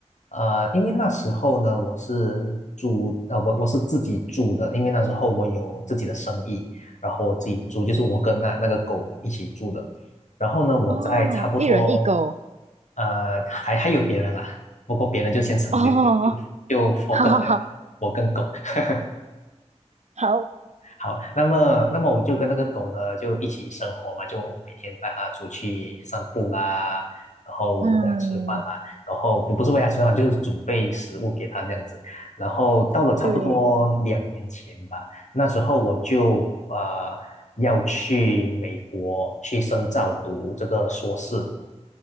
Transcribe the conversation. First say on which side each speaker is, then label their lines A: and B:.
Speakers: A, on the left; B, on the right.
A: 呃，因为那时候呢，我是住，呃，我我是自己住的，因为那时候我有自己的生意，然后我自己住，就是我跟那那个狗一起住的。然后呢，我在差不多，
B: 哦，一人一狗，
A: 呃，还还有别人啦，不过别人就先省略，
B: 哦，<laughs>
A: 就就就 focus
B: 好好好，
A: 在我跟狗。<laughs>
B: 好，
A: 好，那么那么我就跟那个狗呢就一起生活嘛，就每天带它出去散步啦，然后喂它吃饭啦，
B: 嗯，
A: 然后不不是喂它吃饭，就是准备食物给它这样子。然后到了差不多两年前吧，
B: 对，
A: 那时候我就呃要去美国去深造读这个硕士，